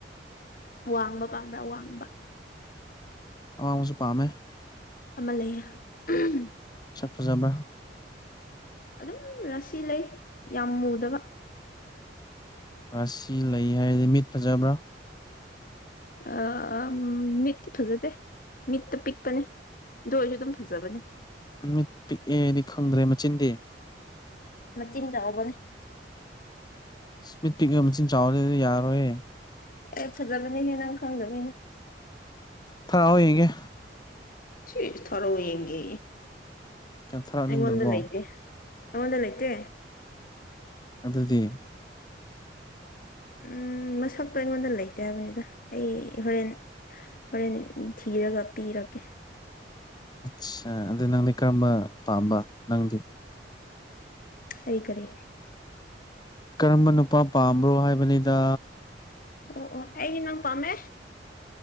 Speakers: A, on the left; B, on the left.
A: ꯋꯥꯡꯕ ꯄꯥꯝꯕ꯭ꯔꯥ ꯋꯥꯡꯕ
B: ꯑꯋꯥꯡꯕꯖꯨ ꯄꯥꯝꯃꯦ
A: ꯑꯃ ꯂꯩꯌꯦ ꯎꯝ
B: ꯁꯛ ꯐꯖꯕ꯭ꯔꯥ
A: ꯑꯗꯨꯝ ꯔꯥꯁꯤ ꯂꯩ ꯌꯥꯝ ꯃꯨꯗꯕ
B: ꯔꯥꯁꯤ ꯂꯩ ꯍꯥꯢꯔꯗꯤ ꯃꯤꯠ ꯐꯖꯕ꯭ꯔꯥ
A: ꯑꯥ ꯑꯥ ꯃꯤꯠ ꯐꯖꯗꯦ ꯃꯤꯠꯇ ꯄꯤꯛꯄꯅꯦ ꯗꯣꯢꯖꯨ ꯑꯗꯨꯝ ꯐꯖꯕꯅꯦ
B: ꯃꯤꯠ ꯄꯤꯛꯑꯦꯗꯤ ꯈꯪꯗ꯭ꯔꯦ ꯃꯆꯤꯟꯗꯤ
A: ꯃꯆꯤꯟ ꯆꯥꯎꯕꯅꯦ
B: ꯁ꯭ꯃꯤꯠ ꯄꯤꯛ ꯃꯆꯤꯟ ꯆꯥꯎꯔꯦꯗꯤ ꯌꯥꯔꯔꯣꯢꯌꯦ
A: ꯑꯦ ꯐꯖꯕꯅꯤ ꯍꯦ ꯅꯪ ꯈꯪꯗꯕꯩꯅꯦ
B: ꯊꯔꯛꯑꯣ ꯌꯦꯡꯒꯦ
A: ꯁꯤ ꯊꯥꯔꯛꯑꯣ ꯌꯦꯡꯒꯦ
B: ꯀꯦꯟꯊꯔꯛꯅꯤꯡꯗ꯭ꯔꯕꯣ
A: ꯑꯩꯉꯣꯟꯗ ꯂꯩꯇꯦ ꯑꯩꯉꯣꯟꯗ ꯂꯩꯇꯦ
B: ꯑꯗꯨꯗꯤ
A: ꯎꯝ ꯃꯁꯛꯇꯣ ꯑꯩꯉꯣꯟꯗ ꯂꯩꯇꯦ ꯍꯥꯏꯕꯅꯤꯗ ꯑꯩ ꯍꯣꯔꯦꯟ ꯍꯣꯔꯦꯟ ꯊꯤꯔꯒ ꯄꯤꯔꯒꯦ
B: ꯑꯠꯁꯥ ꯑꯗꯨ ꯅꯪꯗꯤ ꯀꯔꯝꯕ ꯄꯥꯝꯕ ꯅꯪꯗꯤ꯫
A: ꯑꯩꯩ ꯀꯔꯤ꯫
B: ꯀꯔꯝꯕ ꯅꯨꯄꯥ ꯄꯥꯝꯕ꯭ꯔꯣ ꯍꯥꯏꯕꯅꯤꯗ꯫
A: ꯑꯣ ꯑꯣ ꯑꯩꯗꯤ ꯅꯪ ꯄꯥꯝꯃꯦ꯫